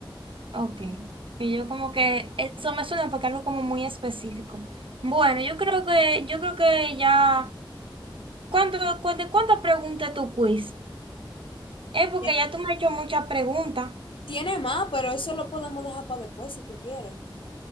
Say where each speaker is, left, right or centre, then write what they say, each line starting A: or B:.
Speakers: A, on the right; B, on the left.
A: Ok. Y yo como que eso me suena porque algo como muy específico. Bueno, yo creo que, yo creo que ya. ¿Cuánto, cu- de cuántas preguntas tu quiz? Es porque
B: Bien,
A: ya tú me has hecho muchas preguntas.
B: Tiene más, pero eso lo podemos dejar para después si tú quieres.